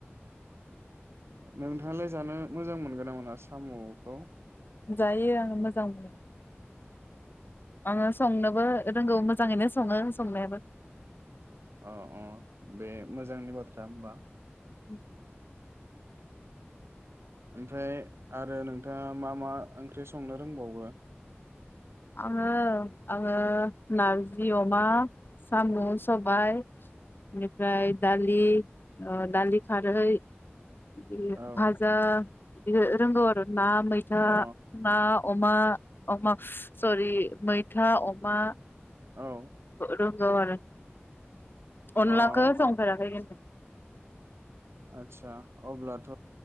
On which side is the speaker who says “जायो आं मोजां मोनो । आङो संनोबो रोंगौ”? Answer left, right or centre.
Left